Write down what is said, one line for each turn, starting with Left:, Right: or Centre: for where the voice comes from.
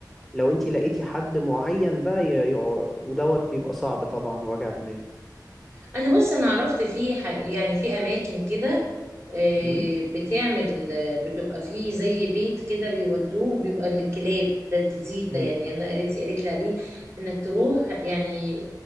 Centre: لو انتي لقيتي حد معين بقى ي... ي... ودوت بيبقى صعب طبعا وجع دماغ
Right: انا بص انا عرفت في ح- يعني في اماكن كده آه،
Centre: امم
Right: بتعمل آه، بتبقى فيه زي بيت كده بيودوه بيبقى للكلاب ده الجديد ده
Centre: امم
Right: يعني انا قريتي قالت لي عليه انك تروح يعني